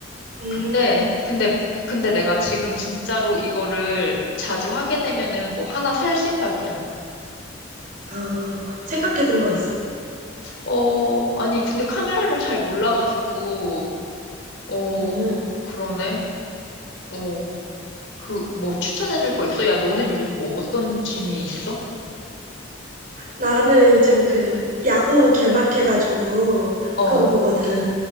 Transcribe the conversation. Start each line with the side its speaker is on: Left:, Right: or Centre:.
Right: 음,
Left: 근데, 근데, 근데 내가 지금 진짜로 이거를 자주 하게 되면은 뭐 하나 살 생각이야.
Right: 아, 생각해둔 거 있어?
Left: 어, 아니, 근데 카메라를 잘 몰라가지고, 어,
Right: 음,
Left: 그러네. 어, 그, 뭐 추천해줄 거 있어? 야, 너는 요즘 뭐 어떤 취미 있어?
Right: 나는 요즘 그 야구 개막해가지고,
Left: 어,
Right: 그거 보거든.